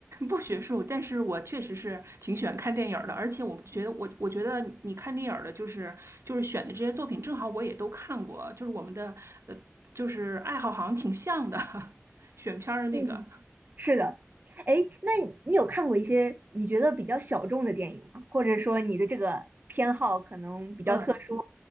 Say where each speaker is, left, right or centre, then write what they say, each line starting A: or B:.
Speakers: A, on the right; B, on the right.
A: 不学术，但是我确实是挺喜欢看电影儿的，而且我觉得我我觉得你看电影儿的，就是就是选的这些作品，正好我也都看过，就是我们的呃，就是爱好好像挺像的，<laughs> 选片儿的那个，
B: 嗯，<laughs> 是的，哎，那你有看过一些你觉得比较小众的电影吗？或者说你的这个偏好可能比较特殊
A: 嗯，